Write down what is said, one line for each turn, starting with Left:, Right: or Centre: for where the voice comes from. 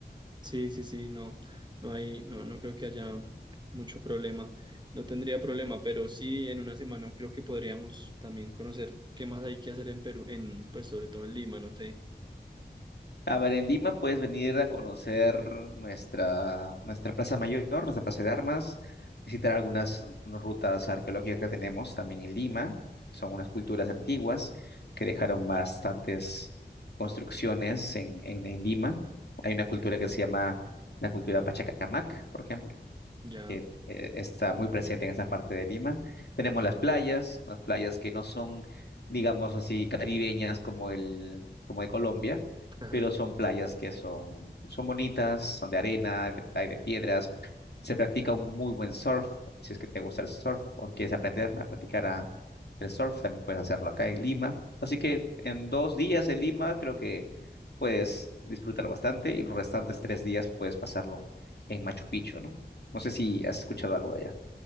Right: Sí, sí, sí, no, no hay, no, no creo que haya mucho problema. No tendría problema, pero sí en una semana creo que podríamos también conocer qué más hay que hacer en Perú, en, pues sobre todo en Lima, no sé,
Left: A ver, en Lima puedes venir a conocer nuestra, nuestra Plaza Mayor, nuestra Plaza de Armas, visitar algunas rutas arqueológicas que tenemos también en Lima. Son unas culturas antiguas que dejaron bastantes construcciones en, en en Lima. Hay una cultura que se llama la cultura Pachacamac, por ejemplo
Right: ya.
Left: que eh, está muy presente en esa parte de Lima. Tenemos las playas, las playas que no son, digamos así, caribeñas como el, como de Colombia,
Right: Ajá.
Left: pero son playas que son, son bonitas, son de arena, de, hay de piedras. Se practica un muy buen surf, si es que te gusta el surf o quieres aprender a practicar a- el surf, también puedes hacerlo acá en Lima. Así que en dos días en Lima creo que puedes disfrutar bastante y los restantes tres días puedes pasarlo en Machu Picchu, ¿no? No sé si has escuchado algo de allá.